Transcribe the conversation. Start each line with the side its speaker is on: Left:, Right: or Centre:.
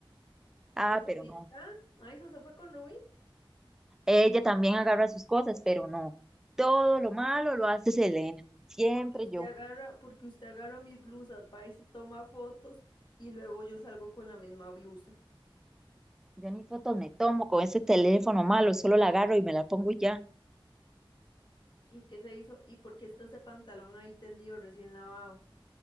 Left: ¿Maisa
Centre: Ah, pero
Left: ahí
Centre: no.
Left: está? ¿Maisa se fue con Rubí?
Centre: Ella también agarra sus cosas, pero no. Todo lo malo lo hace Selena, siempre
Left: Porque usted
Centre: yo.
Left: agarra, porque usted agarra mis blusas, va y se toma fotos y luego yo salgo con la misma blusa.
Centre: Yo ni fotos me tomo con ese teléfono malo, solo la agarro y me la pongo y ya.
Left: ¿Y qué se hizo? ¿Y por qué está ese pantalón ahí tendido recién lavado?